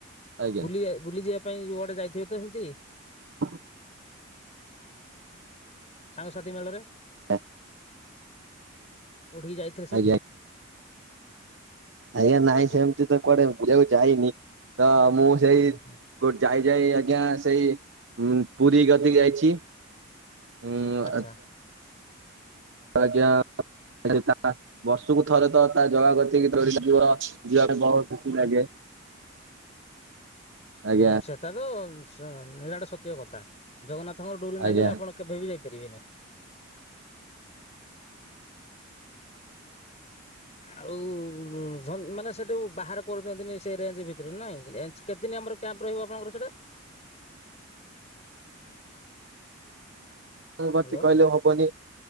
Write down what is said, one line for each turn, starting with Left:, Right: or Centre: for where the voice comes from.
Right: ଆଜ୍ଞା।
Left: ବୁଲି ବୁଲି ଯିବା ପାଇଁ କୁଆଡେ ଯାଇଥିବେ ତ ସେମିତି।
Right: ହଁ।
Left: ସାଙ୍ଗସାଥି ମେଳରେ।
Right: ହଁ।
Left: କୋଉଠିକି ଯାଇଥିଲେ ସେମିତି।
Right: ଆଜ୍ଞା ଆଜ୍ଞା ନାଇଁ
Left: ହଁ
Right: ସେମତି ତ କୁଆଡେ ବୁଝିବାକୁ ଯାଇନି। ତ ମୁଁ ସେଇ
Left: ହ ହଁ
Right: ଗୋ ଯାଇ ଯାଇ ଆଜ୍ଞା ସେଇ ପୁରୀ ଗତିକି ଯାଇଛି। ଉଁ
Left: ଆଚ୍ଛା।
Right: ଆଜ୍ଞା <unintelligible> ବର୍ଷକୁ ଥରେ ତ ତା ଜଗା କତିକି ତା ଡୋରି ଲାଗିବ। ଯିବା ପାଇଁ ବହୁତ ଖୁସି ଲାଗେ। ଆଜ୍ଞା
Left: ହଁ ସେତା ତ ନିରାଟ ସତ୍ୟ କଥା। ଜଗନ୍ନାଥଙ୍କର ଡୋରି
Right: ଆଜ୍ଞା
Left: ନାଗିଲେ ଆପଣ କେବେବି ଯାଇପାରିବେନି। ଆଉ ମାନେ ସେଠୁ ବାହାର କରୁ ଦିଅନ୍ତିନି ସେ ରେଞ୍ଜ ଭିତରେ ନାଇଁ। କେତଦିନ ଆମର କ୍ୟାମ୍ପ ରହିବ ଆପଣଙ୍କର ସେଟା?
Right: କଣ କରତି
Left: ହ୍ୟାଲୋ
Right: କହିଲେ ହବନି